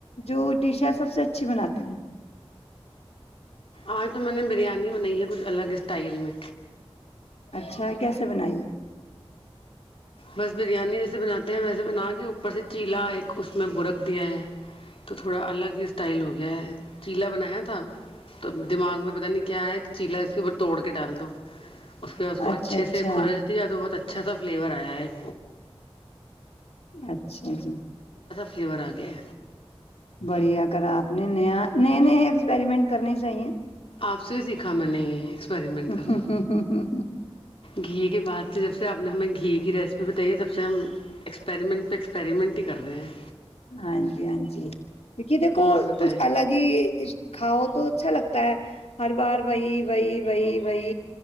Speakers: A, on the left (about 85°); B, on the left (about 65°).
A: جو ڈش ہے سب سے اچھی بناتے ہیں
B: آج تو میں نے بریانی بنائی ہے کچھ الگ اسٹائل میں
A: اچھا کیسے بنائیے
B: بس بریانی جیسے بناتے ہیں ویسے بنا کے اوپر سے چیلا ایک اس میں برک دیا ہے تو تھوڑا الگ ہی اسٹائل ہو گیا ہے چیلا بنایا تھا تو دماغ میں پتہ نہیں کیا ہے جی استعمال تو کے دال دو استعمال
A: ہے اچھا اچھا
B: کھرچ ڈی اھا فلیور ہے ایک
A: اچھا جی
B: فورورگے
A: بڑھیا کرا آپ نے نیا نئے نئے ایکسپریمنٹ کرنے چاہیے
B: آپ سے سیکھا میں نے یہ ایکسپیریمنٹ
A: ہ
B: کرنا
A: ہ ہ ہ ہ ہ
B: گھی کے بعد سے جب سے آپ نے ہمیں گھی کی ریسیپی بتائی ہے تب سے ہم ایکسپریمنٹ پہ ایکسپریمنٹ ہی کر رہے ہیں
A: ہاں جی ہاں جی کییک دیکھو
B: اور بتائیں
A: کچھ الگ ہی کاؤ تو اچھا لگتا ہے ہر بار وہی بی بی بی